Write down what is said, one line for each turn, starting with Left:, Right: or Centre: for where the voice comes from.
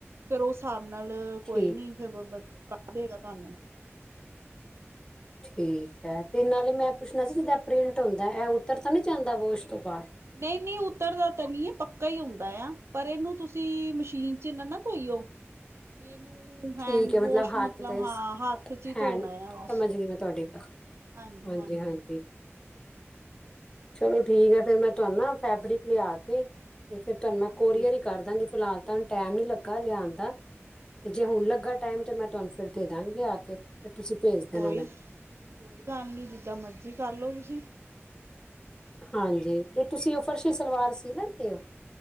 Right: ਫੇਰ ਉਸ ਸਾਬ ਨਾਲ ਕੋਈ
Left: ਠੀਕ
Right: ਨੀ ਫੇਰ ਬਬਰ ਕੱਢ ਦੇਗਾ ਤੁਹਾਨੂੰ।
Left: ਠੀਕ ਹੈ ਤੇ ਨਾਲੇ ਮੈਂ ਪੁੱਛਣਾ ਸੀ ਜਿੱਦਾਂ ਪ੍ਰਿੰਟ ਹੁੰਦਾ ਇਹ ਉੱਤਰ ਤਾਂ ਨੀ ਜਾਂਦਾ ਵਾਸ਼ ਤੋਂ ਬਾਦ।
Right: ਨਈਂ-ਨਈਂ ਉਤਰਦਾ ਤਾਂ ਨੀ ਐ ਪੱਕ ਕਾ ਹੀ ਹੁੰਦਾ ਆ ਪਰ ਇਹਨੂੰ ਤੁਸੀਂ ਮਸ਼ੀਨ ਚ ਨਾ ਨਾ ਧੋਈਓ ਵੀ ਇਹਨੂੰ
Left: ਠੀਕ
Right: ਹੈਂਡਵੋਸ਼
Left: ਹੈ ਹੱਥ
Right: ਮਤਲਬ
Left: ਤੇ
Right: ਹਾਂ ਹੱਥ ਚ ਹੀ
Left: ਹੈਂਡ
Right: ਧੋਣਾ ਆ ਬਸ।
Left: ਸਮਝ ਗਈ ਮੈਂ ਤੁਹਾਡੀ ਗੱਲ
Right: ਹਾਂਜੀ-ਹਾਂਜੀ।
Left: ਹਾਂਜੀ ਹਾਂਜੀ ਚਲੋ ਠੀਕ ਹੈ ਫੇਰ ਮੈਂ ਤੁਹਾਨੂੰ ਨਾ ਫੈਬਰਿਕ ਲਿਆ ਕੇ ਤੇ ਫੇਰ ਤੁਹਾਨੂੰ ਮੈਂ
Right: ਹਾਂਜੀ
Left: ਕੋਰੀਅਰ ਹੀ ਕਰ ਦਾਂਗੀ ਫਿਲਹਾਲ ਤਾਂ ਹੂੰਨ ਟੈਮ ਨੀ ਲੱਗਾ ਲਿਆਉਣ ਦਾ। ਤੇ ਜੇ
Right: ਹਾਂਜੀ
Left: ਹੁਣ ਲੱਗਾ ਟਾਈਮ ਤੇ ਮੈਂ ਤੁਹਾਨੂੰ ਫੇਰ ਦੇਦਾਗੀ ਆ ਕੇ ਫੇਰ ਤੁਸੀਂ ਭੇਜ ਦੇਣਾ
Right: ਕੋਈ
Left: ਮੈਨੂੰ।
Right: ਕੋਈ ਗੱਲ ਨੀ ਜਿੱਦਾਂ ਮਰਜੀ ਕਰਲੋ ਤੁਸੀਂ।
Left: ਹਾਂਜੀ ਤੇ ਤੁਸੀਂ ਉਹ ਫਰਸ਼ੀ ਸਲਵਾਰ ਸੀ ਲੈਂਦੇ ਹੋ।